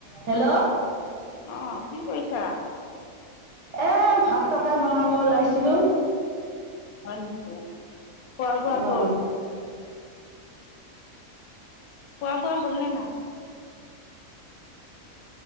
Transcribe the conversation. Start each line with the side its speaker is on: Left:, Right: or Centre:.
Right: Hello.
Left: অ', কি কৰিছা?
Right: অ' ভাতটো অকল বনাব ওলাইছিলোঁ।
Left: <unintelligible> খোৱা, বোৱা
Right: অঁ
Left: হ'ল? খোৱা, বোৱা হ'ল নে না?